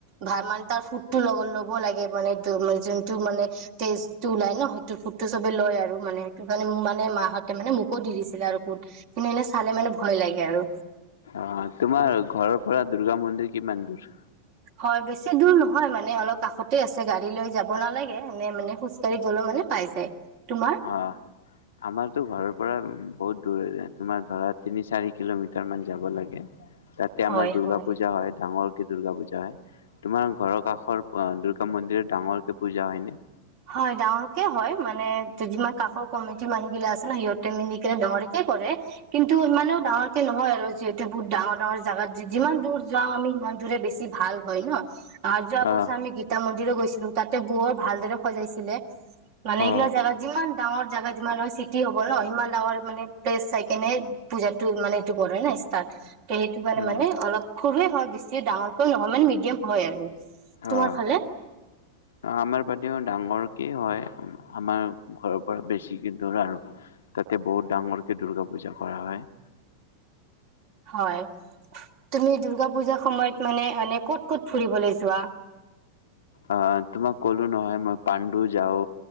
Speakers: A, on the right; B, on the left.
A: ভাল মান তাৰ ফুড টো লগ ল'ব লাগে মানে। মে যোনটো মানে তেজটো ওলাই ন সেইটো ফুডটো চবে লয় আৰু মানে সেইটো কাৰণে ম মানে মাহতে মানে মোকো দি দিছিলে আৰু ফুড কিন্তু এনে চালে মানে ভয় লাগে আৰু
B: অঁ, তোমাৰ ঘৰৰ পৰা দুূৰ্গা মন্দিৰ কিমান দূৰ
A: হয় বেছি দূৰ নহয় মানে অলপ কাষতে আছে গাড়ী লৈ যাব নালাগে, এনে মানে খোজ ককাঢ়ি গলেও মানে পাই যায় তোমাৰ
B: অঁ আমাৰতো ঘৰৰ পৰা বহুত তোমাৰ ধৰা তিনি চাৰি কিলোমিটাৰ মান যাব লাগে তাতে
A: হয়
B: আমাৰ দূৰ্গা
A: হয়
B: পূজা হয় ডাঙৰ দূৰ্গা পূজা হয় তোমাৰ ঘৰৰ কাষৰ দুৰ্গা মন্দিৰত ডাঙৰ কেে পূজা হয়নে।
A: হয় ডাঙৰকে হয় মানে যিমান কাষৰ কমিটিৰ মানুহগিলা আছে ন সিহঁতে মিলি কেনে ডাঙৰকে কৰে কিন্তু ইমানেও ডাঙৰকে নহয় আৰু যিহঁতে বহুত ডাঙৰ ডাঙৰ জোগাত যিমান দূৰ যাওঁ আমি সিমান দূৰে বেছি ভাল হয় ন। আৰু যোৱা বছৰ
B: আহ
A: আমি গীত মন্দিৰ গৈ ছিলো তাতে বৰ ভালদৰে সজাইছিলে মানে
B: অ
A: এইগিলা যাবা যিমান ডাঙৰ জোগা যিমান হয় চিটি হব ন, সিমান ডাঙৰ মানে প্লেচ চাই কেনে পুজা টো মানে এইটো বৰ <unintelligible> নাই <unintelligible> তাত তে সেইটো কাৰণে
B: উম
A: মানে অলপ সৰুৱে হয় বেছি ডাঙৰকৈ নহয় মানে মিডিয়াম হয় আৰু। তোমাৰ
B: অ'
A: ফালে
B: আমাৰ প ডাঙৰকে হয়, আমাৰ ঘৰৰ পৰা বেছিকে দূৰ আৰু, তাতে বহুত ডাঙৰকে দূৰ্গা পূজা কৰা হয়।
A: হয়, তুমি দুৰ্গা পুজাৰ সময়ত মানে ক'ত ক'ত ফুৰিবলৈ যোৱা?
B: অ তোমাক ক'লো নহয় মই পাণ্ডুৰ যাও,